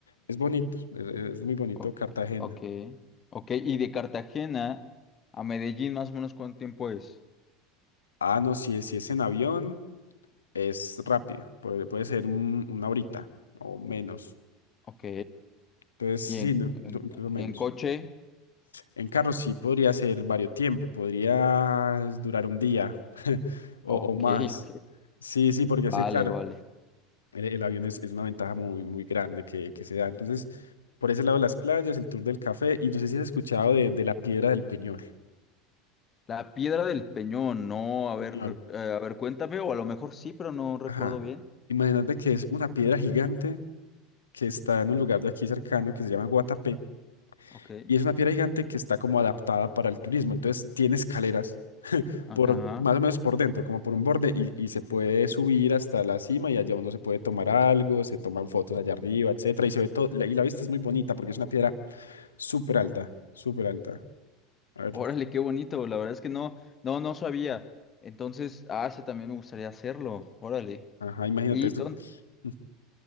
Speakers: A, on the left; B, on the left.
A: Es bonito, es es muy bonito
B: Ok,
A: Cartagena.
B: ok. ok, Y de Cartagena a Medellín, más o menos, ¿cuánto tiempo es?
A: Ah, no, si es, si es en avión, es rápido. Puede, puede ser un- una horita o menos.
B: Ok.
A: Entonces, sí,
B: Y en,
A: no,
B: en,
A: inclu- incluso menos.
B: en coche.
A: En carro sí podría ser varios tiempo, podría durar un día <laughs> o,
B: Ok,
A: o más.
B: <laughs> ok.
A: Sí, sí, porque
B: Vale,
A: sí, claro,
B: vale.
A: el, el avión es, es una ventaja muy, muy grande que, que se da. Entonces, por ese lado las playas, el tour del café, y no sé si has escuchado de, de la piedra del Peñol.
B: La piedra del Peñón, no, a ver,
A: Peñol.
B: eh, a ver, cuéntame, o a lo mejor sí, pero no recuerdo
A: Ajá.
B: bien.
A: Imagínate que es una piedra gigante que está en un lugar de aquí cercano que se llama Guatapé
B: Ok,
A: y es una piedra gigante que está como adaptada para el turismo. Entonces tiene escaleras
B: ajá.
A: por más o menos por dentro, como por un borde y, y se puede subir hasta la cima y allá uno se puede tomar algo, se toman fotos allá arriba, etcétera y se ve todo la- y la vista es muy bonita porque es una piedra súper alta, súper alta. A ver,
B: Órale, qué bonito, la verdad es que no, no, no sabía. Entonces, ah, eso también me gustaría hacerlo, órale.
A: ajá, imagínate
B: Y,
A: eso,
B: ton-
A: <laughs>